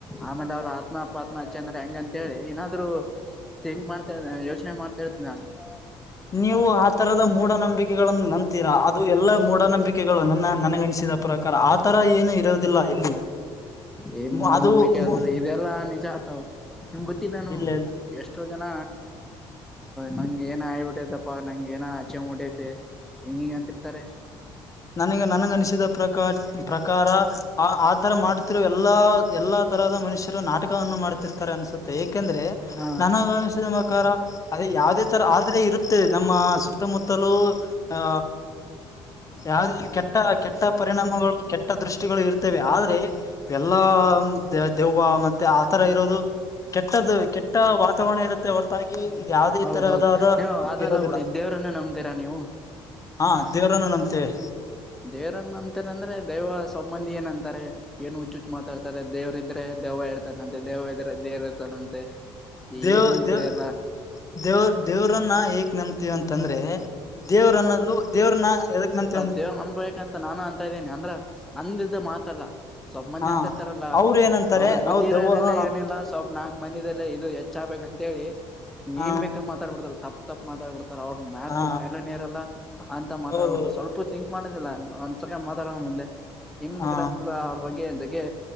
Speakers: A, in the centre; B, on the left.
A: ಆಮೇಲೆ ಅವ್ರರ ಆತ್ಮ ಅಚ್ಚೆಂದ. ಹೆಂಗ ಅಂತ ಹೇಳಿ ಏನಾದ್ರು ತಿಂಗ್ ಮಾಡ್ತಾ ಯೋಚನೆ ಮಾಡ್ತಾ ಇರ್ತಿ ನಾನು. <unintelligible> ಹ್ಮ
B: ನೀವು ಆ ತರದ ಮೂಢನಂಬಿಕೆಗಳನ್ನು ನಂಬ್ತೀರಾ ಅದು ಎಲ್ಲಾ ಮೂಢನಂಬಿಕೆಗಳು ನನ್ನ ನನಗನಿಸಿದ ಪ್ರಕಾರ ಆತರ ಏನು ಇರೋದಿಲ್ಲ ಇಲ್ಲಿ
A: ಏ
B: ಮು-
A: ಮೂಡನಂಬಿಕೆ
B: ಅದು ಮು-
A: ಅಲ್ರರಿ ಇದೆಲ್ಲಾ ನಿಜ ಆತಾವ ನಿಮ್ ಗೊತ್ತಿಲ್ಲ ನಾನು.
B: ಇಲ್ಲ ಇಲ್ಲ
A: ಎಷ್ಟೋ ಜನ. ನನಗೆ ಏನೋ ಹಾಗಿಬಿಟೈತಪ್ಪ ನನಗೆ ಏನ ಆಚೆ ಹಂಗ ಹೊಟೈತಿ ಹಿಂಗ ಹಿಂಗ ಅಂತಿರ್ತಾರೆ.
B: ನನಗೆ ನನಗೆ ಅನಿಸಿದ್ದ ಪ್ರಕಾರ. ಆ ಆತರ ಮಾಡತಿರುವ ಎಲ್ಲಾ ಎಲ್ಲಾ ತರಹದ ಮನುಷ್ಯರು ನಾಟ. ನಟಕವನ್ನು ಮಾಡ್ತಿರ್ತಾರೆ ಅನಸುತ್ತೆ ಏಕೆಂದ್ರೆ
A: ಹಾ
B: ನನಗೆ ಅನಿಸಿದ ನನ್ನ ಪ್ರಕಾರ ಅದ ಯಾವುದೇ ತರ ಆದರೆ ಇರುತ್ತದೆ ನಮ್ಮ ಸುತ್ತಮುತ್ತಲು. ಹಾ. ಯಾವ್ದಿ ಕೆಟ್ಟ ಕೆಟ್ಟ ಪರಿಣಾಮಗಳು ಕೆಟ್ಟ ದೃಷ್ಟಿಗಳು ಇರ್ತವೆ ಆದ್ರೆ. ಎಲ್ಲಾ ದೆವ್ವ ಮತ್ತೆ ಆತರ ಇರೋದು. ಕೆಟ್ಟದ್ದು ಕೆಟ್ಟ ವಾತಾವರಣ ಇರುತ್ತೆ ಹೊರತಾಗಿ ಇದ್ ಯಾವದೇ
A: ಹೌದೌದು
B: ತರಹದಾದ
A: ನೀವು ಅದೆಲ್ಲ
B: ಇರೋದಿಲ್ಲ
A: ಬಿಡಿ ದೇವ್ರನ್ನೇ ನಂಬಿ. ತೀರ ನೀವು.
B: ಹಾ ದೇವರನ್ನ ನಂಬುತ್ತಿವಿ.
A: ದೇವ್ರನ್ನ ಅಂತಾರೆ ಅಂದ್ರೆ ದೈವ ಸಂಬಂಧಿ ಏನಂತಾರೆ. ಏನು ಹುಚ್ಚುಚ್ಚು ಮಾತಾಡ್ತಾರಾರೆ ದೇವ್ರ ಇದ್ರೆ ದೆವ್ವ ಇರ್ತಾನಂತೆ ದೆವ್ವ ಇದ್ರೆ ದೇವ್ರ ಇರ್ತಾನಂತೆ.
B: ದೇವ್
A: ಏನ್ ಇದು
B: ದೇವ್
A: ಎಲ್ಲಾ
B: ದೇವ ದೇವ್ರನ್ನ ಹೀಗೆ ನಂಬ್ತಿವಿ ಅಂತಂದ್ರೆ. ದೇವ್ರ ಅನ್ನೋದು ದೇವ್ರನ ಯದಕ್ ನಂಬುತ್ತಿವಿ ಅಂದ್ರೆ.
A: ದೇವ್ ನಂಬಬೇಕಂತ ನಾನು ಅಂತ ಇದ್ದೀನಿ ಅಂದ್ರ ಅಂದಿದ್ದ ಮಾತಲ್ಲ. ಸ್ವಲ್ಪ್ ಮಂದಿ
B: ಹ
A: ಅಂತರ್ತಾರಲ್ಲ
B: ಅವ್ರ ಏನಂತಾರೆ
A: ಅವ್ರ ಬುದ್ಧಿ
B: ಅವ ದೆವ್ವ
A: ಇರೋದೆಲ್ಲ
B: ಹ
A: ಏನಿಲ್ಲ ಸ್ವಲ್ಪ್ ನಾಕ. ಮನದೆಲ್ಲೇ ಇದು ಹೆಚ್ಚ ಆಗ್ಬೇಕಂತ ಹೇಳಿ.
B: ಹ
A: ಏನು ಬೇಕಾದ್ ಮಾತಾಡ್ಬಿಡ್ತಾರೇ ತಪ್ಪ ತಪ್ಪು ಮಾತಾಡ್ಬಡ್ತ ಅವ್ರ ಮಾತು
B: ಹಾ
A: ವ್ಯಾಲ್ಯೂನೇರಲ್ಲ. ಅಂತ ಮಾತಾಡ್ಬಾರ್ದು
B: ಹೌದೌದೌದು
A: ಸ್ವಲ್ಲ. ಸಪ್ಪು ತಿಂಕ್ ಮಾಡೋದಿಲ್ಲ ನ ಒಂದು ಸಕ ಮಾತಾಡಕ ಮುಂದೆ ಏನ್
B: ಹಾ
A: ಬೇಕ್ರ ಅಂದ ಅವ್ರ ಬಗ್ಗೆ ಜಗ್ಗೆ.